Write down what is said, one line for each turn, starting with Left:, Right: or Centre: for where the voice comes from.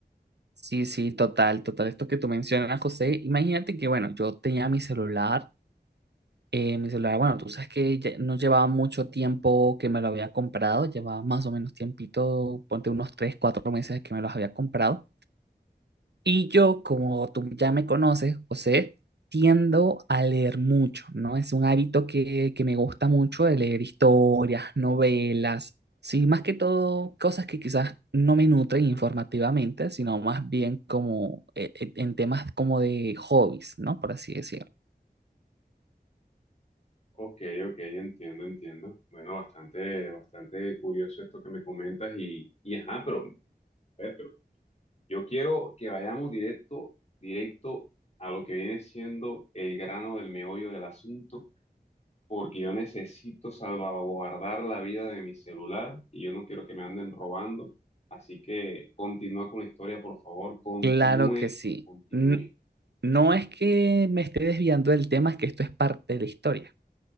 Right: Sí, sí, total, total. Esto que tú mencionas, José, imagínate que, bueno, yo tenía mi celular, eh, mi celular, bueno, tú sabes que ya no llevaba mucho tiempo que me lo había comprado, llevaba más o menos tiempito, ponte unos tres, cuatro meses que me los había comprado. Y yo, como tú ya me conoces, José, tiendo a leer mucho, ¿no? Es un hábito que, que me gusta mucho de leer historias, novelas, sí, más que todo cosas que quizás no me nutren informativamente, sino más bien como eh, eh, en temas como de hobbies, ¿no? Por así decirlo.
Left: Ok, ok, entiendo, entiendo. Bueno, bastante, bastante curioso esto que me comentas y, y ajá, pero, a ver, pero yo quiero que vayamos directo, directo a lo que viene siendo el grano del meollo del asunto porque yo necesito salvaguardar la vida de mi celular y yo no quiero que me anden robando. Así que continúa con la historia, por favor, continúe,
Right: Claro que sí.
Left: continúe.
Right: N- No es que me esté desviando del tema, es que esto es parte de la historia.